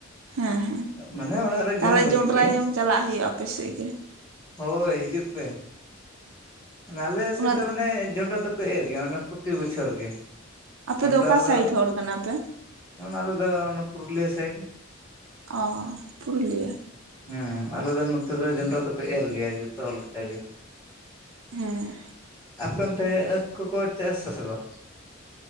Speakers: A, on the right; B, on the left.
A: ᱦᱮᱸ ᱦᱮᱸ
B: ᱢᱟᱱᱮ ᱚᱲᱟᱜ ᱨᱮ
A: ᱛᱟᱦᱚᱞᱮ
B: ᱡᱚᱢ ᱞᱟᱹᱜᱤᱫ
A: ᱡᱚᱸᱰᱨᱟ
B: ᱜᱮ
A: ᱡᱚᱢ ᱪᱟᱞᱟᱜ ᱦᱩᱭᱩᱜᱼᱟ ᱟᱯᱮᱥᱮᱫ ᱜᱮ ᱾
B: ᱦᱳᱭ ᱦᱤᱡᱩᱜ ᱯᱮ, ᱟᱞᱮ ᱥᱮᱫ
A: ᱚᱱᱟ
B: ᱫᱚ ᱢᱟᱱᱮ ᱡᱚᱸᱱᱰᱟ ᱫᱚ ᱠᱚ ᱮᱨ ᱜᱮᱭᱟ ᱢᱟᱱᱮ ᱯᱨᱚᱛᱤ ᱵᱚᱪᱷᱚᱨ ᱜᱮ᱾
A: ᱟᱯᱮ
B: ᱡᱚᱸᱰᱨᱟ
A: ᱚᱠᱟ
B: ᱫᱚ
A: ᱥᱟᱭᱤᱰ ᱦᱚᱲ ᱠᱟᱱᱟ ᱯᱮ
B: ᱚᱱᱟ ᱟᱞᱮᱫᱚ ᱚᱱᱟ ᱯᱩᱨᱩᱞᱤᱭᱟᱹ ᱥᱟᱭᱤᱰ
A: ᱚ ᱯᱩᱨᱩᱞᱤᱭᱟᱹ,
B: ᱦᱮᱸ ᱟᱞᱮ ᱫᱚ ᱱᱚᱛᱮ ᱫᱚ ᱡᱚᱱᱰᱨᱟ ᱫᱚᱠᱚ ᱮᱨ ᱜᱮᱭᱟ ᱡᱚᱛᱚ ᱦᱚᱲ ᱞᱮᱠᱟ ᱜᱮ᱾
A: ᱦᱮᱸ,
B: ᱟᱯᱮ ᱚᱱᱛᱮᱸ ᱟᱠᱷ ᱠᱚᱠᱚ ᱪᱟᱥ ᱟᱥᱮ ᱵᱟᱝ?